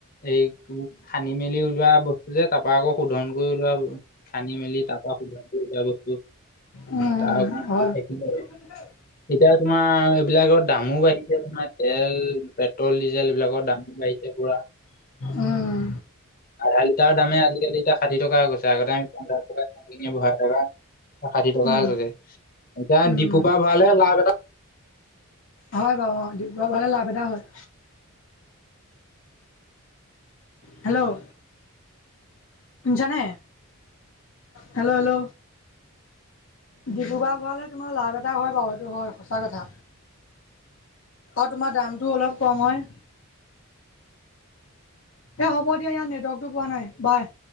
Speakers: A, on the left (about 40°); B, on the left (about 60°).
A: এই খানদি মেলি ওলোৱা বস্তু যে তাৰাপা আকৌ শোধন কৰি ললোৱা খান্দি মেলি তাৰ পৰা সুবি দিয়া বস্তু
B: উম,
A: তাৰ
B: উম,
A: থাকিলে
B: <inaudible>
A: এতিয়া তোমাৰ এইবিলাকৰ দামো বাঢ়িছে তোমাৰ তেল পেট্ৰল ডিজেল এইবলাকৰ দাম বাঢ়িছে পুৰা
B: উম,
A: আধ তাৰ দামে আজিকালি এতিয়া ষাঠি টকা গৈছে আগতে আমি পঞ্চাছ টকািনি বঢ়াই টকা এ ষাঠি টকা
B: উম,
A: গৈছে এতিয়া
B: উম।
A: ডিপুপা ভালহে লাভ এটা
B: হয় বাৰু অ বৰ ভালে লাভ এদায় হয় হেল্ল' জানে হেল্ল' হেল্ল' ডিব্ৰুগড় ভৰাালৈ তোমাৰ লাভ এটা হয় বাৰু এইেইটো হয় সঁচা কথা অ তোমাৰ দামটো অলপ কম হয় এ হ'ব দিয়া ইয়াত নেটৱৰ্কটো পোৱা নাই বাই